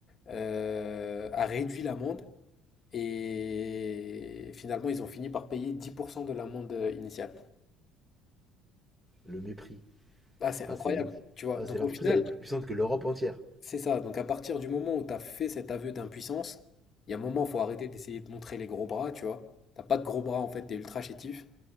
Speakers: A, on the left; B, in the centre.
A: euh, a réduit l'amende, et finalement, ils ont fini par payer 10% de l'amende euh, initiale.
B: Le mépris.
A: Ah, c'est
B: Ah,
A: incroyable,
B: c'est ridicule.
A: tu vois.
B: Ah,
A: Donc,
B: c'est l'entreprise,
A: au final,
B: elle est plus puissante que l'Europe entière.
A: c'est ça. Donc, à partir du moment où tu as fait cet aveu d'impuissance, il y a un moment, faut arrêter d'essayer de montrer les gros bras, tu vois. T'as pas de gros bras, en fait, t'es ultra chétif.